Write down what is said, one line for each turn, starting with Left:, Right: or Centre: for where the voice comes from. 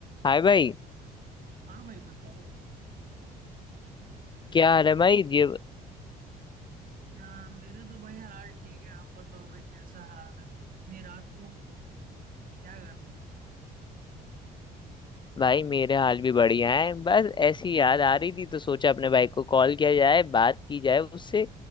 Left: हाय भाई
Right: हाँ भाई बताओ
Left: क्या हाल है भाई ये
Right: क्या मेरे तो भाई हाल ठीक है आप बताओ भाई कैसा हाल है इतनी रात को क्या कर रहे हो
Left: भाई मेरे हाल भी बढ़िया है बस ऐसी याद आ रही थी तो सोचा अपने भाई को कॉल किया जाए बात की जाए उससे